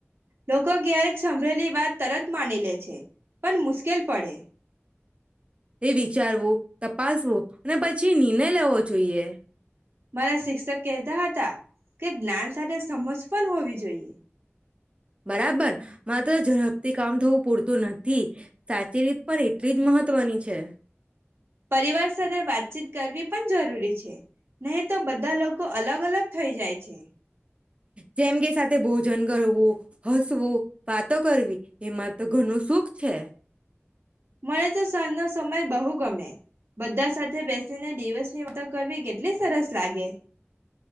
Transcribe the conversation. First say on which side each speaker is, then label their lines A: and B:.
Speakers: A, on the right; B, on the right.
A: લોકો ક્યારેક સંભળેલી વાત તરત માની લે છે પણ મુશ્કેલ પડે.
B: એ વિચારવું, તપાસવું અને પછી નિર્ણય લેવો જોઈએ.
A: મારા શિક્ષક કહેતા હતા કે જ્ઞાન સાથે સમજ પણ હોવી જોઈએ.
B: બરાબર માત્ર ઝડપથી કામ થવું પૂરતું નથી, સાચી રીત પણ એટલી જ મહત્વની છે.
A: પરિવાર સાથે વાતચીત કરવી પણ જરૂરી છે. નહીં તો બધા લોકો અલગ અલગ થઈ જાય છે.
B: જેમ કે સાથે ભોજન કરવું, હસવું વાતો કરવી એમાં તો ઘણું સુખ છે.
A: મને તો સાંજ નો સમય બહુ ગમે. બધા સાથે બેસીને દિવસની વાતો કરવી કેટલી સરસ લાગે.